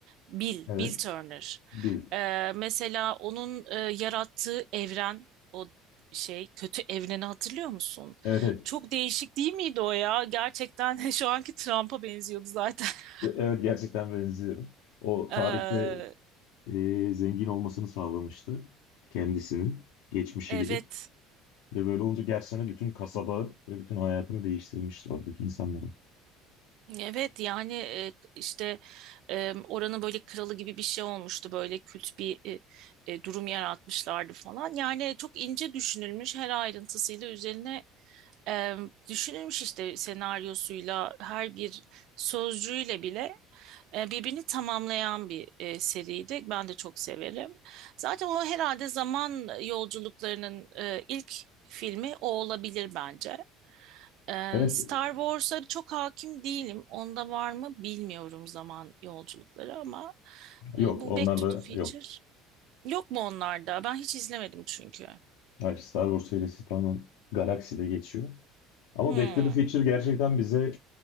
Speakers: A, on the right; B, on the left.
A: Bill,
B: Evet.
A: Bill Turner.
B: Bil.
A: Ee, mesela onun e, yarattığı evren, o şey kötü evreni hatırlıyor musun?
B: Evet evet.
A: Çok değişik değil miydi o ya? Gerçekten <laughs> şu anki Trump'a benziyordu zaten. <laughs>
B: Evet gerçekten benziyor. O
A: Ee,
B: tarihte e, zengin olmasını sağlamıştı kendisinin geçmişe
A: evet.
B: gidip ve böyle olunca gerçekten bütün kasaba ve bütün hayatını değiştirmişti oradaki insanların.
A: Evet yani e, işte e, oranın böyle kralı gibi bir şey olmuştu böyle kült bir e, e, durum yaratmışlardı falan. Yani çok ince düşünülmüş her ayrıntısıyla üzerine Ee, düşünülmüş işte senaryosuyla her bir sözcüğüyle bile e, birbirini tamamlayan bir e, seriydi. Ben de çok severim. Zaten o herhalde zaman yolculuklarının e, ilk filmi o olabilir bence. Ee,
B: Evet
A: Star Wars'a çok hakim değilim. Onda var mı bilmiyorum zaman yolculukları ama
B: yok
A: e, bu
B: onlarla
A: Back to the Future
B: yok.
A: yok mu onlarda? Ben hiç izlemedim çünkü.
B: Hayır Star Wars serisi tamamen galakside geçiyor. Ama
A: Hmm.
B: Back to the Future gerçekten bize